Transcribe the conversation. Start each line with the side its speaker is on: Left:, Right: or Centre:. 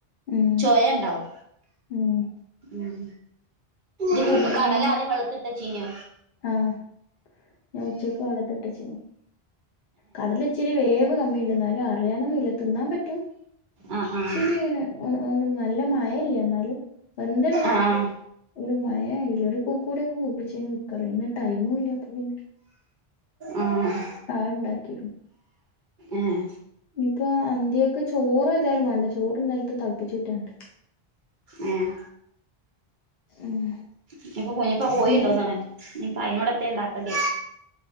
Left: ഉം
Right: ചൊയ ഉണ്ടാവും.
Left: ഉം
Right: ഉം ഇത്
Left: അത്
Right: കടല
Left: പിന്നെ
Right: ആദ്യം വെള്ളത്തിലിട്ട് വെച്ചീന്.
Left: ആഹ് ഞാൻ ഉച്ചക്ക് വെള്ളത്തിലിട്ട് വെച്ചീനി. കടല ഇച്ചിരി വേവ് കമ്മീണ്ട്. എന്നാലും അറിയാനൊന്നൂല്ല. തിന്നാൻ പറ്റും.
Right: ആഹ് ആഹ്
Left: ഇച്ചിരി ഇങ്ങനെ ഒന്ന് ഒന്നും നല്ലമയ ഇല്ല. എന്നാലും വെന്തണ്.
Right: ആഹ്
Left: ഒരു മയായില്ല ഒരു കൂക്കൂടി ഒക്കെ കൂകിച്ചേന് കുക്കറ്. ഇന്ന് ടൈമും ഇല്ല. അപ്പൊ പിന്നെ
Right: ആഹ്
Left: ആഹ് ഉണ്ടാക്കി.
Right: ഏഹ്
Left: ഇനിയിപ്പൊ അന്തികൾക്ക് ചോറ് ഏതായാലും വേണ്ട. ചോറ് ഇന്നലത്തെ തള പ്പിച്ചൂറ്റാന്ണ്ട്.
Right: ഏഹ്
Left: ഉം
Right: ഇപ്പൊ കുഞ്ഞിപ്പ പോയിണ്ടോന്നാണ്.
Left: ഇനിയിപ്പോ
Right: ഇനിയിപ്പ അതിനോടൊത്തെ ഉണ്ടാക്കണ്ടേ.